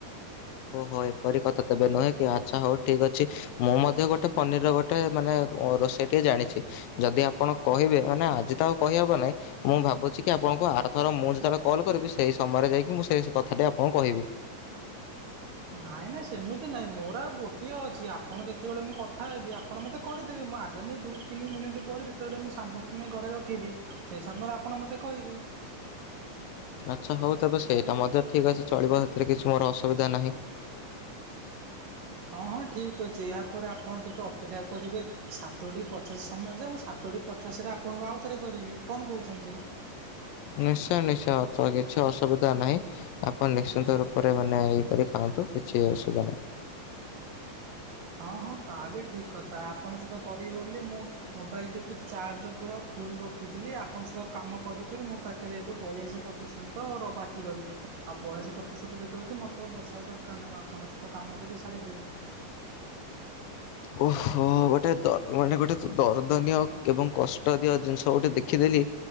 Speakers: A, on the left; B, on the right.
A: ଓହୋ ଏପରି କଥା ତେଵେ ନୁହେଁ କି ଆଚ୍ଛା ହଉ ଠିକ୍ ଅଛି ମୁଁ ମଧ୍ୟ ଗୋଟେ ପନିରର ଗୋଟେ ମାନେ ରୋଷେଇ ଟେ ଜାଣିଛି। ଯଦି ଆପଣ କହିବେମାନେ ଆଜି ତ ଆଉ କହି ହବ ନାହିଁ ମୁଁ ଭାବୁଛି କି ଆପଣଙ୍କୁ ଆରଥର ମୁଁ ଯେତେବେଳେ କଲ୍ କରିବି ସେଇ ସମୟରେ ଯାଇକି ମୁଁ ସେ କଥାଟି ଆପଣଙ୍କୁ କହିବି।
B: ନାଇଁ ନାଇଁ ସେମିତି ନାଇଁ ମୋର ଆଉ ଗୋଟିଏ ଅଛି ଆପଣ ଯେତେବେଳେ ମୁଁ କଥା ହେବି ଆପ ଆପଣ ମୋତେ କରିଦେବେ ମୁଁ ଆଗାମୀ ଦୁଇ ତିନି ମିନିଟ୍ ପରେ ଯେତେବେଳେ ମୁଁ ସାମଗ୍ରୀ ନେଇ ଘରେ ରଖିବି ସେ ସମୟରେ ଆପଣ ମତେ କହିବେ।
A: ଆଚ୍ଛା ହଉ ତବେ ସେଇଟା ମଧ୍ୟ ଠିକ୍ ଅଛି ଚଳିବ ସେଥିରେ କିଛି ମୋର ଅସୁବିଧା ନାହିଁ।
B: ହଁ ହଁ ଠିକ୍ ଅଛି ଏହାପରେ ଆପଣ ଟିକେ ଅପେକ୍ଷା କରିବେ ସାତଟି ପଚାଶ ସମୟ ଯାଏଁ ମୁଁ ସାତଟି ପଚାଶ ରେ ଆପଣଙ୍କୁ ଆଉଥରେ କରିବି କଣ କହୁଚନ୍ତି?
A: ନିଶ୍ଚୟ ନିଶ୍ଚୟ ଅଛ କିଛି ଅସୁବିଧା ନାହିଁ। ଆପଣ ନିଶ୍ଚିନ୍ତ ରୂପରେ ମାନେ ଇଏ କରି ଖାଆନ୍ତୁ କିଛି ଅସୁବିଧା ନାହିଁ।
B: ହଁ ହଁ ତା ବି ଠିକ କଥା ଆପଣ ସହିତ କରିବି ବୋଲି ମୁଁ ମୋବାଇଲ ଟିକୁ ଚାର୍ଜ ପୁରା ଫୁଲ ରଖିଥିଲି ଆପଣ ସହି କାମ କରି କରି ମୋ ପାଖରେ ଏବେ ବଇଆଶି ପ୍ରତିଶତ ର ବାକି ରହିଚି ଆଉ ବୟାଶି ପ୍ରତିଶତ ଯଦି ଅଛି ମୋତେ ବସାଇବା ଦରକାର ନାହିଁ ମୁଁ ଆପ ଣଙ୍କ ସହିତ କାମ କରି ସାରିଦେବି। ହୁଁ।
A: ଓହୋ ଗୋଟେ ଦ ମାନେ ଗୋଟେ ଦରଦନିଆ ଆଉ ଏବଂ କଷ୍- ଟ ଦିଅ ଜିନିଷ ଗୋଟେ ଦେଖିଦେଲି